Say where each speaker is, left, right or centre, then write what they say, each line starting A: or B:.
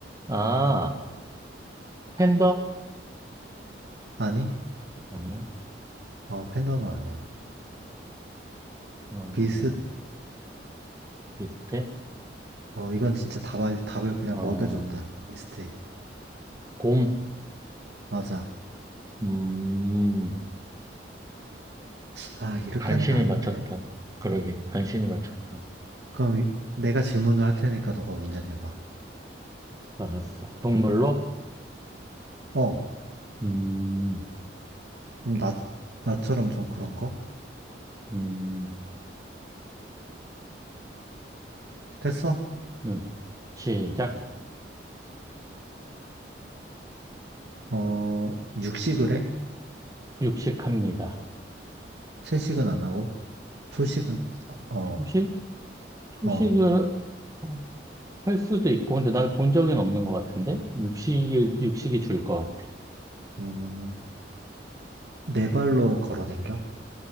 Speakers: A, on the right; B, on the right.
A: 아, 팬더?
B: 아니?
A: 아니야.
B: 어, 팬더는 아니야.
A: 어,
B: 비슷해.
A: 비슷해.
B: 어, 이건 진짜 답을, 답을 그냥
A: 어,
B: 먹여줬다. 비슷해.
A: 곰.
B: 맞아.
A: 음,
B: 아, 이렇게
A: 간신히
B: 하는 거 아닌데.
A: 맞췄다. 그러게, 간신히 맞췄다.
B: 그럼 이- 내가 질문을 할 테니까 너가 문제 내봐.
A: 알았어. 동물로?
B: 어,
A: 음,
B: 좀 나, 나처럼 좀 그런 거?
A: 음,
B: 됐어?
A: 음. 시작.
B: 어, 육식을 해?
A: 육식합니다.
B: 채식은 안 하고? 초식은, 어,
A: 초식? 초식을,
B: 어,
A: 아, 할 수도 있고, 근데 나는 본 적은 없는 것 같은데? 육식이, 육식이 줄 것 같아.
B: 음, 네 발로 걸어 댕겨?